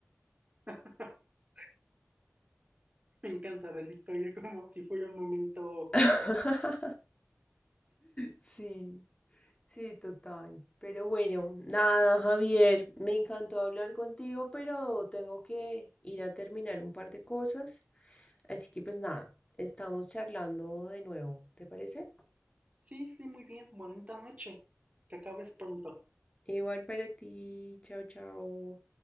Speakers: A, on the right; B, on the left.
A: <laughs> Me encanta de la historia, como si fuera un momento,
B: <laughs> Sí. Sí, total. Pero bueno, nada, Javier, me encantó hablar contigo, pero tengo que ir a terminar un par de cosas. Así que pues nada, estamos charlando de nuevo, ¿te parece?
A: sí, sí, muy bien, bonita noche, que acabes pronto.
B: Igual para ti, chao, chao.